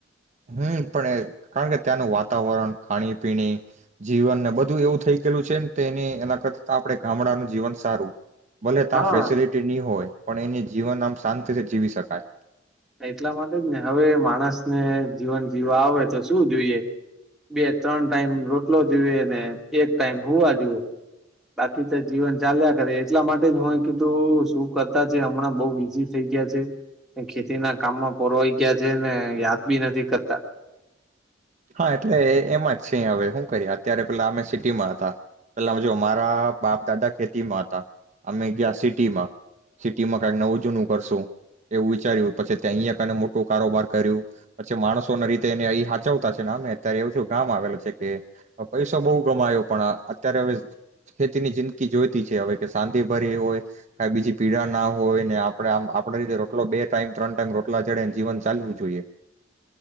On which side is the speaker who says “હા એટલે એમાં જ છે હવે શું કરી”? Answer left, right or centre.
Right